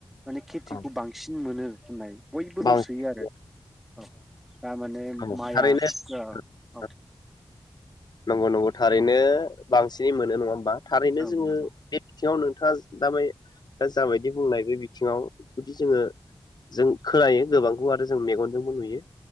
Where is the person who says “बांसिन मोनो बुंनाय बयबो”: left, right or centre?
Centre